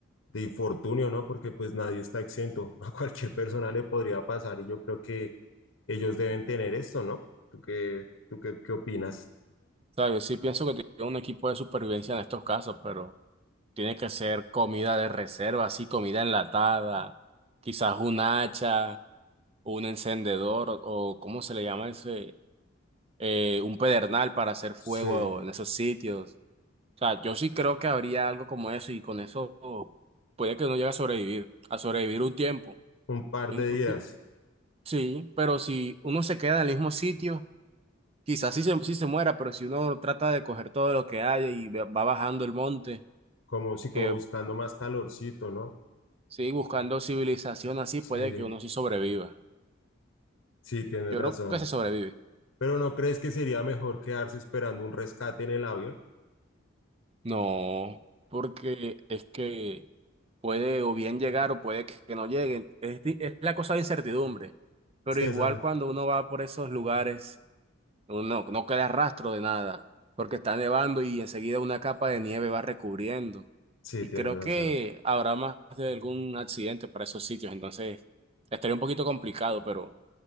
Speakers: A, on the left; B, on the right.
A: de infortunio, ¿no? Porque pues nadie está exento. <laughs> A cualquier persona le podría pasar y yo creo que ellos deben tener esto, ¿no? ¿Tú qué, tú qué, qué opinas?
B: ¿Sabes? Sí pienso que tiene un equipo de supervivencia en estos casos, pero tiene que ser comida de reserva, así comida enlatada, quizás un hacha. un encendedor o, o ¿cómo se le llama ese? Eh, un pedernal para hacer fuego
A: Sí,
B: en esos sitios. O sea, yo sí creo que habría algo como eso y con eso puede que uno llegue a sobrevivir, a sobrevivir un tiempo.
A: un par
B: Inclu-
A: de días,
B: y- Sí, pero si uno se queda en el mismo sitio, quizás sí se, sí se muera, pero si uno trata de coger todo lo que haya y va va bajando el monte,
A: como si como
B: que
A: buscando más calorcito, ¿no?
B: sigue buscando civilización así,
A: Sí,
B: puede que uno sí sobreviva.
A: sí, tienes
B: Yo
A: razón.
B: creo que se sobrevive.
A: Pero ¿no crees que sería mejor quedarse esperando un rescate en el avión?
B: No, porque es que puede o bien llegar o puede que que no lleguen. Es, di- es la cosa de incertidumbre, pero
A: Sí,
B: igual
A: eso,
B: cuando uno va por esos lugares, uno no queda rastro de nada, porque está nevando y enseguida una capa de nieve va recubriendo.
A: sí,
B: Y
A: tienes
B: creo
A: razón.
B: que habrá más de algún accidente para esos sitios, entonces estaría un poquito complicado, pero